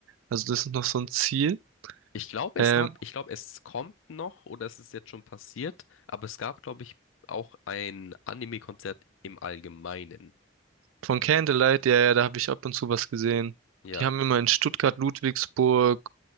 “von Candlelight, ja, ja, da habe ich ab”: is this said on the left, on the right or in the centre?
Right